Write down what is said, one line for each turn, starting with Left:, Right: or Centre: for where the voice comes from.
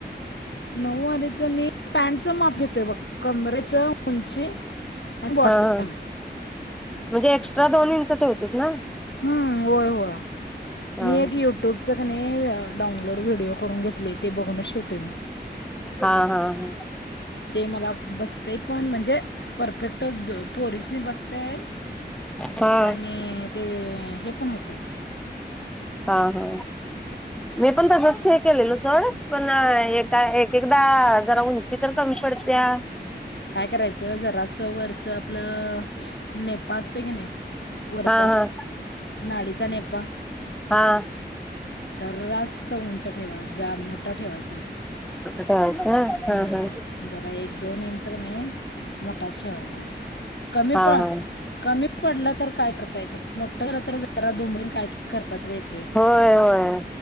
Left: नऊवारीच मी पॅन्टच माप घेतोय बघ कमरेच उंची आणि बॉटम
Centre: हा हा म्हणजे एक्स्ट्रा दोन इंच ठेवतेस ना
Left: हम्म होय होय
Centre: हा
Left: मी एक युट्यूबच का नाही मी डाउनलोड व्हिडिओ करून घेतलोय ते बघूनच शिवतोय मी
Centre: हा हा हा
Left: ते मला बसत ते पण म्हणजे परफेक्ट पोरीसनी बसतय
Centre: हा
Left: आणि ते हे पण होतय
Centre: हा हा मी पण तसच हे केलेलो सोड पण हे काय एक एक एकदा जरा उंची तर कमी पडत्या
Left: काय करायचं जरास वरच आपल नेपा असतोय का नाही वरचा
Centre: हा हा
Left: नाडीचा नेपा
Centre: हा
Left: जरास उंच ठेवायचा जा मोठा ठेवायचा
Centre: <unintelligible> हा
Left: हम्म
Centre: हा
Left: जरा एक दोन इंच तो कनाय मोठाच ठेवायचा कमी
Centre: हा
Left: पण
Centre: हा
Left: कमी पडलं तर काय करता येत नाही मोठ झाल तर जरा दुबडून कायतरी करता तरी येतय
Centre: होय होय